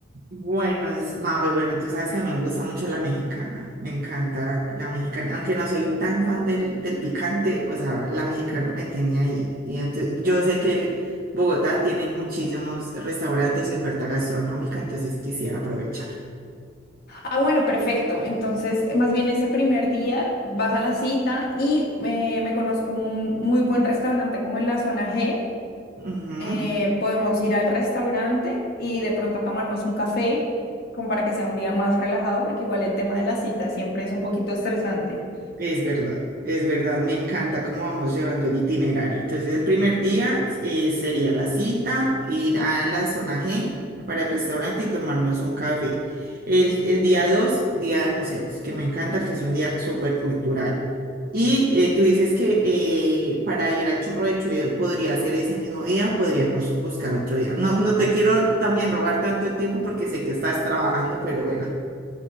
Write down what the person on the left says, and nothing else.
Ah, bueno, perfecto. Entonces, más bien ese primer día vas a la cita y eh, me conozco un muy buen restaurante como en la zona G.
Eh, podemos ir al restaurante y de pronto a tomarnos un café, como para que sea un día más relajado, porque igual el tema de la cita siempre es un poquito estresante.